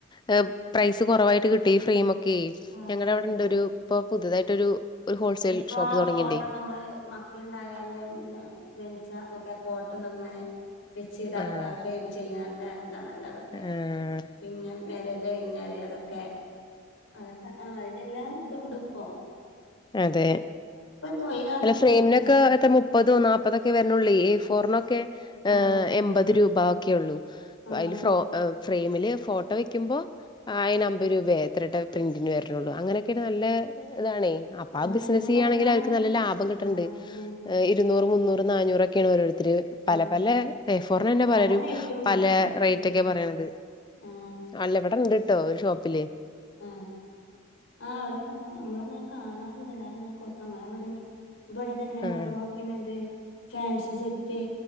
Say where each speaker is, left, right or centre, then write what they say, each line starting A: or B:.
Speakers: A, on the left; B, on the left.
A: ഏഹ് പ്രൈസ് കൊറവായിട്ട് കിട്ടി ഈ ഫ്രെമൊക്കെ
B: ആ
A: ഞങ്ങടെ
B: ഫ്രെയിമിന്
A: ഇവടെണ്ടൊരു ഇപ്പൊ പുതുതായിട്ടൊരു ഒരു ഹോൾസെയിൽ
B: ഇപ്പം
A: ഷോപ്പ് തുടങ്ങിണ്ടേ
B: ഫോട്ടം നമ്മള് മ മക്കള്ണ്ടായാണ്ട് പിന്നെ ജനിച്ചാ ഇതൊക്കെ ഫോട്ടും ഇതൊക്കെങ്ങനെ വെച്ച് ഇതാക്കാ
A: ആഹ്
B: ഫ്രെയിം ചെയ്യാ നല്ല ഇതാണല്ലോ അതൊക്കെ
A: ആഹ്
B: പിന്നെ മേരേജ് കഴിഞ്ഞാല് അതൊക്കെ, അതൊക്കെ ആഹ് അതിന്റെ എല്ലാ ഇതുണ്ട്പ്പം
A: അതെ.
B: തൊഴിലാണ്
A: അല്ല
B: ഇപ്പൊ
A: ഫ്രെയിമിനൊക്കെ
B: എല്ലാർക്കും
A: എത്ര മു മുപ്പതോ നാല്പ്പതൊക്കെ വര്ണൊള്ളേ എ ഫോറിനൊക്കെ ഏഹ്
B: ആഹ്
A: എൺപത് രൂപ ഒക്കെ ഒള്ളൂ
B: ആഹ്
A: അതില് ഫ്രോ ഫ്രെയിമില് ഫോട്ടോ വെക്കുമ്പോ ആഹ് അയിന് അമ്പത് രൂപ എത്രട്ടാ പ്രിന്റിന് വര്ണൊള്ളൂ അങ്ങനൊക്കൊരു നല്ല ഇതാണേ അപ്പ
B: അതെ
A: ആ
B: ആഹ്
A: ബിസിനസ്സ്
B: നല്ല
A: ചെയ്യാണെങ്കിലും
B: വരുമാനം
A: അവർക്ക്
B: കിട്ടും
A: നല്ല ലാഭം കിട്ട്ണ്ട്.
B: ആഹ് അല്ലെ
A: ഏഹ് ഇരുന്നൂറ്, മുന്നൂറ് നാന്നൂറൊക്കെയാണ് ഓരോരുത്തര് പല
B: ആഹ്
A: പലെ എഫോറിനന്നെ
B: പല
A: പലരും
B: റേറ്റും ഉണ്ടാവും
A: പല റേറ്റക്കെ
B: ഉം
A: പറയ്ണത്.
B: ആഹ്
A: അല്ല ഇവിടെ ഉണ്ട് ട്ടോ ഒരു ഷോപ്പിൽ
B: ആ, ആ അവിടെക്കങ്ങനെ നമ്മളങ്ങനെ കാണാറുണ്ടല്ലോ എല്ലാവരുംങ്ങനെ കൊടുക്കും അങ്ങനെ വിടെ ഇവിടെ തന്നെ
A: ആഹ്
B: ഓരോ പിന്നെത് ഫാൻസി സെറ്റ്